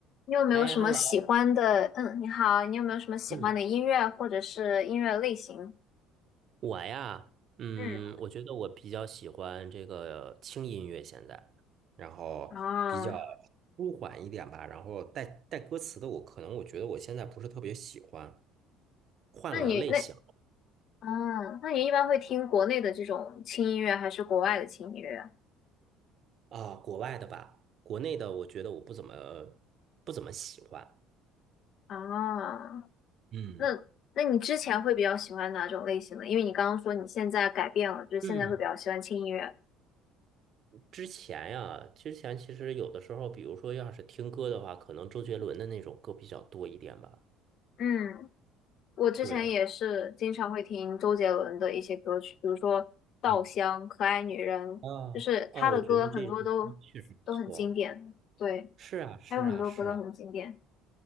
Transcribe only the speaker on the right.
哎，hello，
嗯，我呀，嗯，
我觉得我比较喜欢这个轻音乐，现在，然后比较
舒缓一点吧，然后带带歌词的我，可能我觉得我现在不是特别喜欢，换了类型
啊，国外的吧，国内的我觉得我不怎么不怎么喜欢，
嗯。
嗯，之前呀，之前其实有的时候，比如说要是听歌的话，可能周杰伦的那种歌比较多一点吧，
对。
嗯。啊哦，
我觉得这首歌确实不错。
是啊，是啊，
是啊，